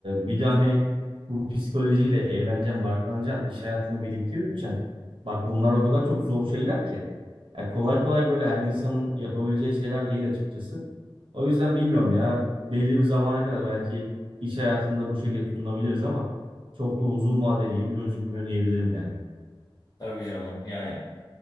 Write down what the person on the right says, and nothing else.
bir de hani bu psikolojiyle evleneceksin, barklanacaksın, iş hayatını birlikte yürüteceksin. Bak bunlar o kadar çok zor şeyler ki. Ya kolay kolay böyle her insanın yapabileceği şeyler değil açıkçası. O yüzden bilmiyorum ya belli bir zamana kadar belki iş hayatında bu şekilde tutunabiliriz ama çok da uzun vadeli gibi gözükmüyor diyebilirim yani.